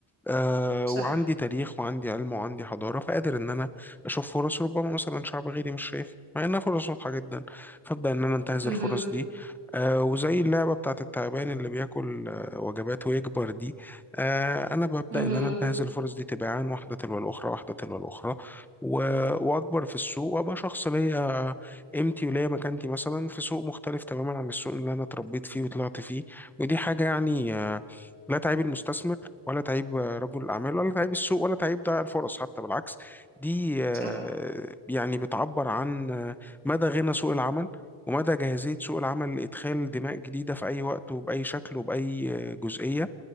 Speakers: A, in the centre; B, on the right.
A: آه
B: صح
A: وعندي تاريخ وعندي علم وعندي حضارة فقادر إن أنا أشوف فرص ربما مثلا شعب غيري مش شايف مع إنها فرص واضحة جدا فأبدأ إن أنا أنتهز
B: مهم.
A: الفرص دي آه وزي اللعبة بتاعت التعبان اللي بياكل آه وجبات ويكبر دي آه أنا ببدأ
B: مهم.
A: إن أنا أنتهز الفرص دي تباعا واحدة تلو الأخرى واحدة تلو الأخرى و... وأكبر في السوق وأبقى شخص ليا قيمتي وليا مكانتي مثلا في سوق مختلف تماما عن السوق اللي أنا اتربيت فيه وطلعت فيه ودي حاجة يعني آه لا تعيب المستثمر ولا تعيب رجل الأعمال ولا تعيب السوق ولا تعيب ضياع الفرص حتى بالعكس دي آه،
B: صح
A: يعني بتعبر عن آه، مدى غنى سوق العمل ومدى جاهزية سوق العمل لإدخال دماء جديدة في أي وقت وبأي شكل وبأي آه، جزئية